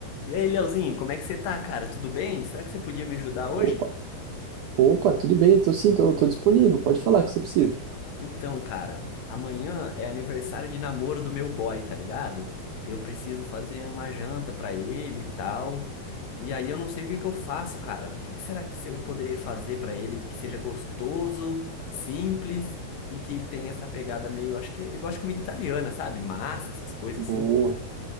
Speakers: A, on the left; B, on the right.
A: E aí, Leozinho, como é que você tá, cara? Tudo bem? Será que você podia me ajudar hoje?
B: Opa, opa, tudo bem, tô sim, tô, tô disponível, pode falar o que você precisa.
A: Então, cara, amanhã é aniversário de namoro do meu boy, tá ligado? Eu preciso fazer uma janta pra ele e tal. E aí eu não sei o que que eu faço, cara. O que que será que eu poderia fazer pra ele que seja gostoso, simples e que tenha essa pegada meio, acho que ele gosta de comida italiana, sabe? Massa, essas coisas
B: Boa.
A: assim.